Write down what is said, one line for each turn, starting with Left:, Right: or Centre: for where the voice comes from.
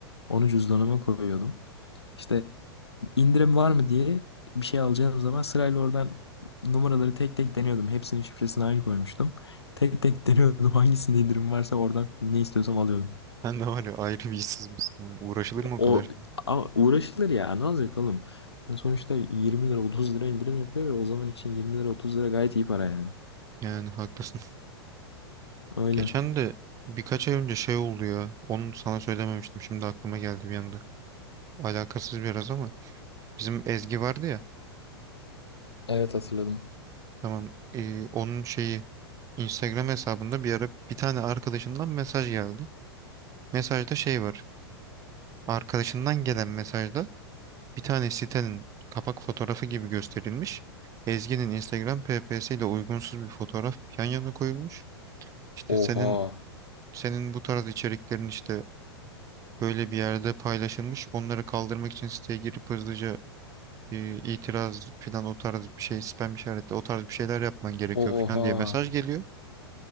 Left: Onu cüzdanıma koyuyordum. İşte indirim var mı diye bir şey alacağım zaman sırayla oradan numaraları tek tek deniyordum. Hepsinin şifresini aynı koymuştum. Tek tek <laughs> deniyordum hangisinde indirim varsa oradan ne istiyorsam alıyordum.
Right: Ben de var ya ayrı bir işsiz misin? oğlum? Uğraşılır mı o
Left: O
Right: kadar?
Left: ama uğraşılır ya ne olacak oğlum? Yani sonuçta 20 lira 30 lira indirim yapıyor ve o zaman için 20 lira 30 lira gayet iyi para yani.
Right: Yani haklısın.
Left: Öyle.
Right: Geçen de birkaç ay önce şey oldu ya. Onu sana söylememiştim. Şimdi aklıma geldi bir anda. Alakasız biraz ama. Bizim Ezgi vardı ya.
Left: Evet hatırladım.
Right: Tamam. Ee, onun şeyi Instagram hesabında bir ara bir tane arkadaşından mesaj geldi. Mesajda şey var. Arkadaşından gelen mesajda bir tane sitenin kapak fotoğrafı gibi gösterilmiş. Ezgi'nin Instagram PPS ile uygunsuz bir fotoğraf yan yana koyulmuş. İşte
Left: Oha.
Right: senin senin bu tarz içeriklerin işte böyle bir yerde paylaşılmış. Onları kaldırmak için siteye girip hızlıca e, itiraz falan o tarz bir şey spam işareti o tarz bir şeyler yapman gerekiyor
Left: Oha.
Right: falan diye mesaj geliyor.